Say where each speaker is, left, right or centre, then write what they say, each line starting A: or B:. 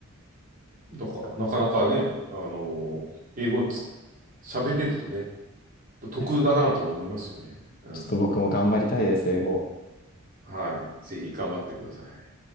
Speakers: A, on the right (about 40°); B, on the left (about 40°).
A: だから、なかなかね、あのー英語つ、喋れるとね、得だなとは思いますよね。
B: ですよね。
A: うん。
B: ちょっと僕も頑張りたいです、英語。
A: はい。ぜひ頑張ってください。